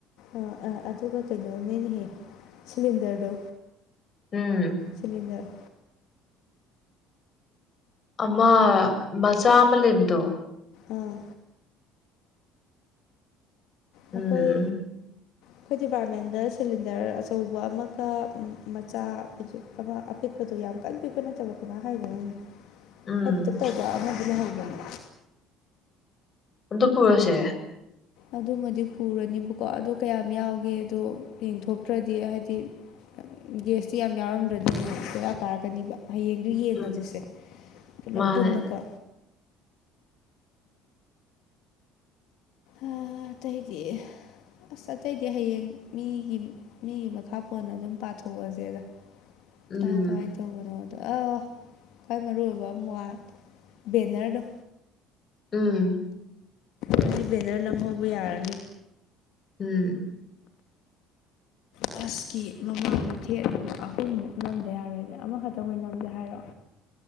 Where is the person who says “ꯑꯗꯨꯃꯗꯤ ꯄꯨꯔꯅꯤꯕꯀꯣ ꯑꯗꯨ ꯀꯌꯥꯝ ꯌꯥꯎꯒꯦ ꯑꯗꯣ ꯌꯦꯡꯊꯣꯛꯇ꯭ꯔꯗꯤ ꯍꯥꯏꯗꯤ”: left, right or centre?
Left